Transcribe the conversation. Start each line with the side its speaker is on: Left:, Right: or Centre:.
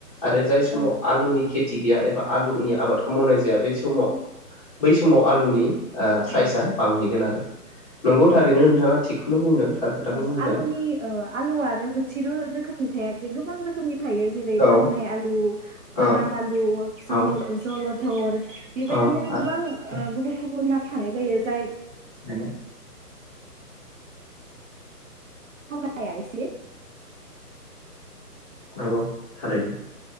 Left: आरो जाय
Right: औ
Left: समाव आलुनि खेथ थि गैया एबा आलुनि आबादखौ मावनाय जाया । बे समाव बै समाव आलुनि ओ प्राइजआ
Right: औ
Left: बांहैगोन आरो नंगौ थारैनो
Right: औ
Left: नोंथाङा थिग खौनो बुंदों। थार खोथाखौनो
Right: औ
Left: बुंदों
Right: आलुनि ओ आलुआ आरो मोनसेर' रोखोमनि थाया बे गोबां रोख थायो जेरै
Left: औ
Right: फाथनाय आलु, बादाम
Left: औ
Right: आलु, जहल
Left: औ
Right: ओ जलद। <unintelligible> बेबायदिनो
Left: औ आरो
Right: गोबां ओ गुबुन गु <unintelligible> थानाय जायो जाय
Left: नोंगौ।
Right: <unintelligible> इसे।
Left: नंगौ थारैनो।